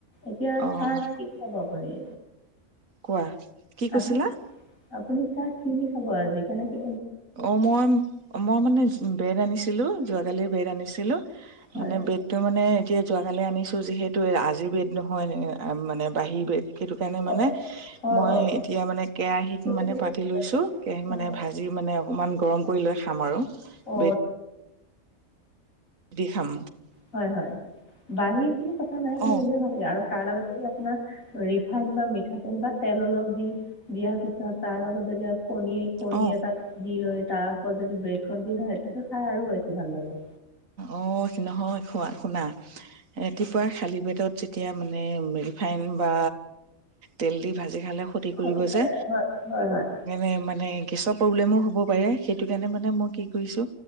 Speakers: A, on the left (about 85°); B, on the right (about 80°).
A: এতিয়া,
B: অ',
A: চাহ কি খাব আপুনি?
B: কোৱা? কি
A: আপুনি
B: কৈছিলা?
A: আপুনি চাহ কিনি খাব আজি কেনেকে
B: অ মই- মই মানে ব্ৰেড আনিছিলো যোৱাকালি ব্ৰেড আনিছিলোঁ,
A: হয়
B: মানে ব্ৰেডটো মানে এতিয়া যোৱাকালি আনিছোঁ, যিহেতু আজিৰ ব্ৰেড নহয়, মানে বাহি ব্ৰেড সেইটো কাৰণে মানে
A: অ' অ'
B: মই
A: অ'
B: এতিয়া মানে কেৰাহিত
A: তেতিয়াহ'লে-
B: মানে পাতি লৈছো কেৰাহী
A: অ'
B: মানে ভাজি মানে অকণমান গৰম কৰি লৈ খাম আৰু
A: অ'
B: বেড দি খাম
A: হয় হয় বাহী ব কথা নাই কিন্তু
B: অ
A: এনেও ভাল লাগে আৰু তাৰ লগত যদি আপোনাৰ ৰিফাইন বা মিঠাতেল বা তেল অলপ দি দিয়াৰ পিছত তাৰ লগত কণী, কণী
B: অ
A: এটা <unintelligible> তাৰ ওপৰত যদি ব্ৰেডখন দি খায় সেইটোতো খাই আৰু বেছি ভাল লাগে
B: অ নহয় খোৱা শুনা ৰাতিপুৱাৰ খালি পেটত যেতিয়া মানে ৰিফাইন বা তেল দি ভাজি খালে খতি
A: ক্ষতি
B: কৰিব
A: কৰে
B: যে
A: হয় হয় হয়।
B: <unintelligible> প্ৰব্লেমো হ'ব পাৰে সেইটো কাৰণে মানে মই কি কৰিছো